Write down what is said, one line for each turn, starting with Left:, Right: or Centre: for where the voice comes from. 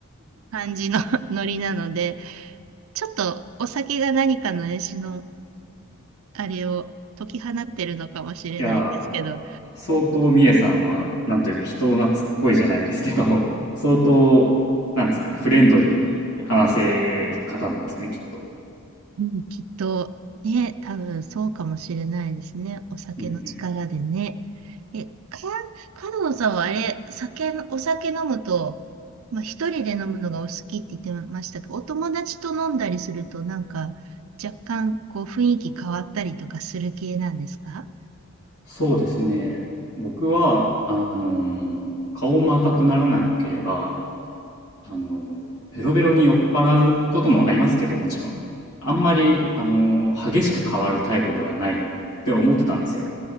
Right: 感じの <laughs> ノリなので、ちょっとお酒が何かの絵師のあれを解き放ってるのかもしれないですけど、
Left: いやー、相当みえさんは、なんというか人懐っこいじゃないですけど、相当、なんですかね、フレンドリーに話せる方なんですね、きっと。
Right: うん、きっとね、多分そうかもしれないですね。お酒の力でね。
Left: うんうん。
Right: え、か、角野さんはあれ、酒の、お酒飲むと、まあ、一人で飲むのがお好きって言ってましたけど、お友達と飲んだりすると、なんか、若干、こう、雰囲気変わったりとかする系なんですか
Left: そうですね。僕は、あのー顔も赤くならなければ、あのーベロベロに酔っ払うこともありますけど、もちろん。あんまり、あのー激しく変わるタイプではないって思ってたんですよ。